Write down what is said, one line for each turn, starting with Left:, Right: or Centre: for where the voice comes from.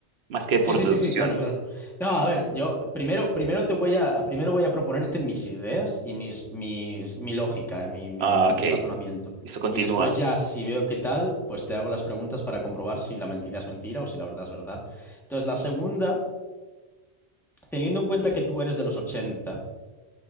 Right: Más que
Centre: Sí,
Right: por
Centre: sí,
Right: deducción.
Centre: sí, sí, claro, claro. No, a ver, yo primero, primero te voy a, primero voy a proponerte mis ideas y mis, mis, mi lógica, eh, mi, mi,
Right: Ah,
Centre: mi
Right: ok.
Centre: razonamiento.
Right: Eso continúa.
Centre: Y después ya, si veo qué tal, pues te hago las preguntas para comprobar si la mentira es mentira o si la verdad es verdad. Entonces, la segunda, teniendo en cuenta que tú eres de los ochenta